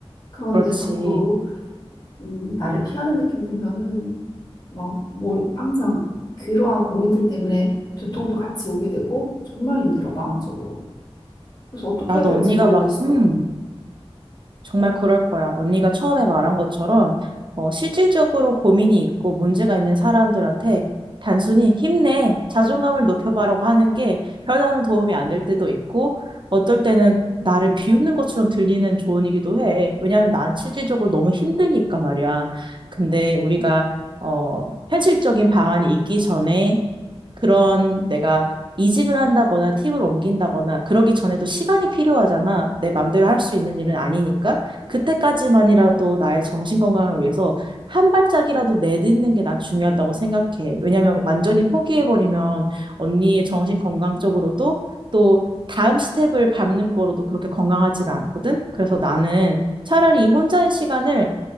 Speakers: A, on the left; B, on the right.
A: 그런데
B: 그렇지.
A: 자꾸, 음, 나를 피하는 느낌 들면은, 막, 머리, 항상 그러한 고민들 때문에 두통도 같이 오게 되고, 정말 힘들어, 마음적으로. 그래서 어떻게
B: 나도
A: 해야 될지
B: 언니가
A: 모르겠어.
B: 막, 음, 정말 그럴 거야. 언니가 처음에 말한 것처럼 어, 실질적으로 고민이 있고 문제가 있는 사람들한테 단순히 힘내, 자존감을 높여봐라고 하는 게 별다른 도움이 안 될 때도 있고 어떨 때는 나를 비웃는 것처럼 들리는 조언이기도 해. 왜냐하면 난 실질적으로 너무 힘드니까 말이야. 근데 우리가 어, 현실적인 방안이 있기 전에 그런 내가 이직을 한다거나 팀을 옮긴다거나 그러기 전에도 시간이 필요하잖아. 내 맘대로 할 수 있는 일은 아니니까. 그때까지만이라도 나의 정신 건강을 위해서 한 발짝이라도 내딛는 게 난 중요하다고 생각해. 왜냐면 완전히 포기해버리면 언니의 정신 건강적으로도 또 다음 스텝을 밟는 거로도 그렇게 건강하지가 않거든. 그래서 나는 차라리 이 혼자인 시간을